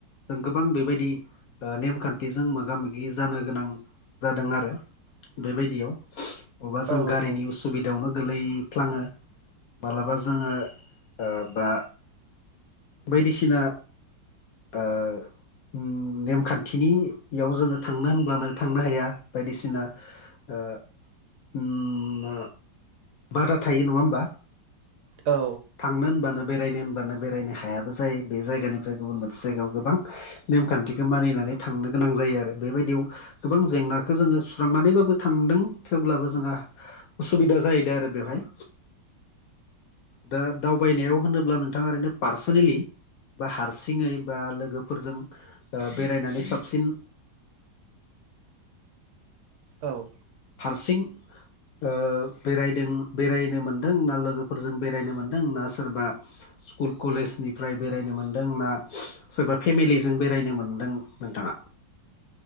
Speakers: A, on the left; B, on the right.
A: जों गोबां बेबायदि ओ नेमखान्थिजों मोगा मोगि जानो गोनां जादों आरो बेबायदियाव <inaudible> अबेबा जों
B: औ
A: गारिनि
B: औ
A: उसुबिदायावनो गोलैफ्लाङो मालाबा जोङो ओ बा बायदिसिना ओ उम नेमखान्थिनि याव जोङो थांनो होनब्लानो थांनो हाया बायदिसिना। ओ उम बादा थायो नङा होमबा।
B: औ।
A: थांनो होनबानो बेरायनो होनबानो बेरायनो हायाबो जायो बे जायगानिफ्राय गुबुन मोनसे जायगायाव गोबां नेमखान्थिखो मानिनानै थांनो गोनां जायो आरो बेबायदियाव गोबां जेंनाखो जोङो सुस्रांनानैबाबो थांदों थेवब्लाबो जोंहा उसुबिदा जाहैदो आरो बेवहाय। दा दावबायनायाव होनोब्ला नोंथाङा ओरैनो पार्सनेलि बा हारसिङै बा लोगोफोरजों ओ बेरायनानै साबसिन
B: औ
A: हारसिं ओ बेरायदों बेरायनो मोनदों ना लोगोफोरजों बेरायनो मोन दों ना सोरबा स्क कुल कलेजनिफ्राय बेरायनो मोनदों ना सोरबा फेमिलिजों बेरायनो मोनदों नोंथाङा?